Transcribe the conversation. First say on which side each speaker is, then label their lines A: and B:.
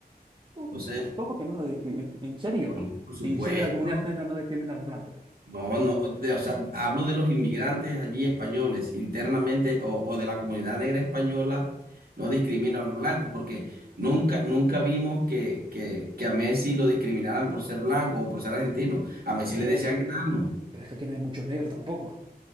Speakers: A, on the right; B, on the right.
A: No,
B: Entonces,
A: pues, pero ¿cómo que no lo discriminan? ¿En serio?
B: no, por supuesto.
A: ¿En serio la comunidad negra no discrimina a los blancos?
B: No, no, de- o sea, hablo de los inmigrantes allí españoles internamente o, o de la comunidad negra española, no discrimina a los blancos, porque nunca, nunca vimos que, que, que a Messi lo discriminaran por ser blanco o por ser argentino. A Messi
A: A
B: le
A: ver,
B: decían enano,
A: pero es que aquí no hay muchos negros tampoco,